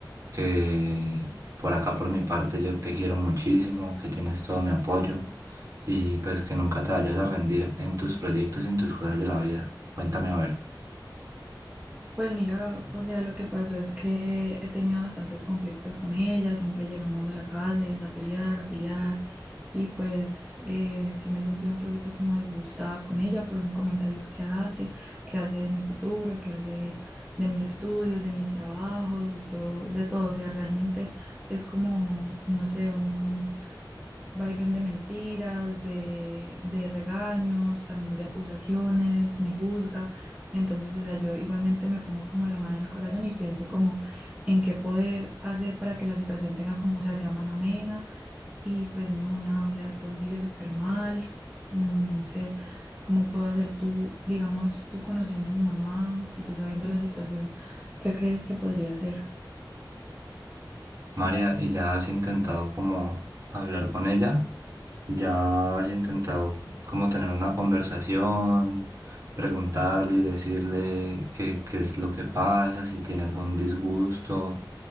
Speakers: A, on the right; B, on the right.
A: que por acá, por mi parte, yo te quiero muchísimo, que tienes todo mi apoyo y pues que nunca te vayas a rendir en tus proyectos y en tus cosas de la vida. Cuéntame a ver,
B: Pues mira, o sea, lo que pasó es que he tenido bastantes conflictos con ella, siempre llegamos a la casa y es a pelear, a pelear, y pues eh, sí me he sentido un poquito como disgustada con ella por comentarios que hace, que hace de mi futuro, que hace de mis estudios, de mis trabajos, de todo, de todo, o sea, realmente es como, no sé, un vaivén de mentiras, de, de regaños, también de acusaciones, me juzga. Entonces, o sea, yo igualmente me pongo como la mano en el corazón y pienso como en qué poder hacer para que la situación tenga como, o sea, sea más amena. Y pues no, nada, o sea, todo sigue súper mal. Mm, No sé cómo puedo hacer tú, digamos, tú conociendo a mi mamá y tú sabiendo la situación, ¿qué crees que podría hacer?
A: María, ¿y ya has intentado como hablar con ella? ¿Ya has intentado como tener una conversación, preguntarle y decirle qué, qué es lo que pasa, si tiene algún disgusto,